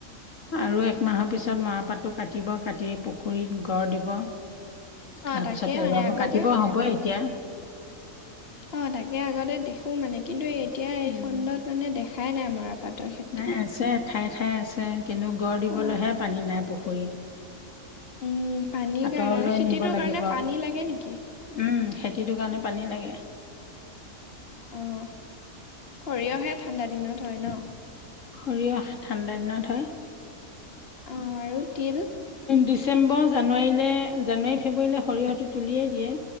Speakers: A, on the left; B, on the left.
A: আৰু এক মাহৰ পিছত মৰাপাটতো কাটিব। কাটি পুখুৰীত গড় দিব, তাৰপিছত
B: অ তাকে
A: এৰুৱাব
B: মানে আগতে
A: কাটিব হ'বই এতিয়া।
B: অ' তাকে আগতে দেখো মানে কিন্তু এতিয়া এই
A: উম
B: খণ্ডত মানে দেখাই নাই, মৰাপাটৰ খেতি।
A: নাই আছে ঠায়ে, ঠায়ে আছে। কিন্তু গড় দিবলৈহে
B: অ
A: পানী নাই পুখুৰীত।
B: উম, পানীৰ
A: আঁতৰলৈ
B: কাৰণে। খেতিটোৰ
A: নিব লাগিব
B: কাৰণে পানী লাগে নেকি?
A: উম খেতিটোৰ কাৰণে পানী লাগে
B: অ সৰিয়হে ঠাণ্ডা দিনত হয় ন
A: সৰিয়হ ঠাণ্ডা দিনত হয়
B: অ আৰু তিল
A: ডিচেম্বৰ জানুৱাৰীলৈ জানুৱাৰী ফেব্ৰুৱাৰীলৈ সৰিয়হটো তুলিয়েই দিয়ে